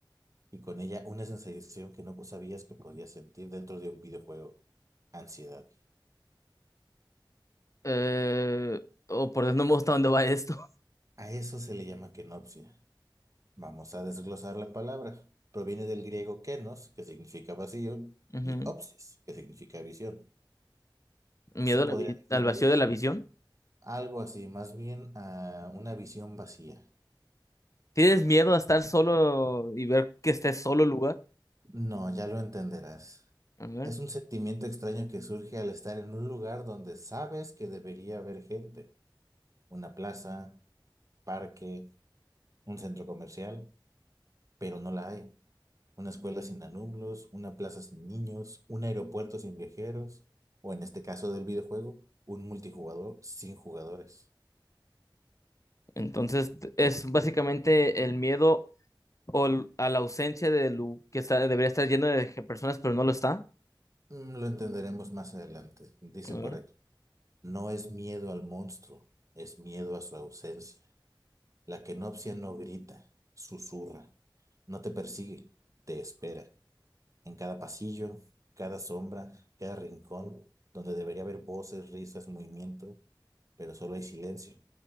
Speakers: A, on the right (about 40°); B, on the left (about 40°).
A: y con ella una sensación que no sabías que podías sentir dentro de un videojuego. Ansiedad.
B: Eh, oh, por Dios, no me gusta dónde va esto.
A: A eso se le llama kenopsia. Vamos a desglosar la palabra. Proviene del griego kenos, que significa vacío,
B: <laughs> Ujú.
A: y opsis, que significa visión.
B: Miedo
A: Se podría
B: a la vi-
A: definir
B: al vacío de la visión.
A: algo así, más bien a una visión vacía.
B: ¿Tienes miedo a estar solo y ver que estés solo el lugar?
A: No, ya lo entenderás.
B: A ver.
A: Es un sentimiento extraño que surge al estar en un lugar donde sabes que debería haber gente. Una plaza, parque, un centro comercial, pero no la hay. Una escuela sin alumnos, una plaza sin niños, un aeropuerto sin viajeros, o en este caso del videojuego, un multijugador sin jugadores.
B: Entonces, es básicamente el miedo o l- a la ausencia de lu- que está, debería estar lleno de personas, pero no lo está.
A: Mm, Lo entenderemos más adelante, dice
B: A ver.
A: por aquí. No es miedo al monstruo, es miedo a su ausencia. La kenopsia no grita, susurra, no te persigue, te espera. En cada pasillo, cada sombra, cada rincón, donde debería haber voces, risas, movimiento, pero solo hay silencio.